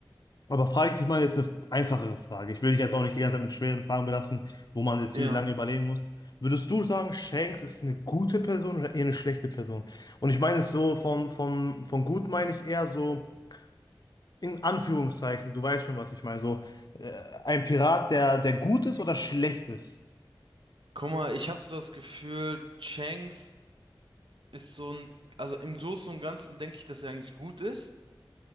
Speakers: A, on the left (about 55°); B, on the right (about 90°).
A: Aber frage ich dich mal jetzt eine einfachere Frage. Ich will dich jetzt auch nicht die ganze Zeit mit schweren Fragen belasten, wo man jetzt
B: Ja.
A: lange überlegen muss. Würdest du sagen, Shanks ist eine gute Person oder eher eine schlechte Person? Und ich meine es so, vom, vom, von gut meine ich eher so in Anführungszeichen, du weißt schon, was ich meine. So äh, ein Pirat, der, der gut ist oder schlecht ist.
B: Guck mal, ich habe so das Gefühl, Changs ist so ein, also im Großen und Ganzen denke ich, dass er eigentlich gut ist,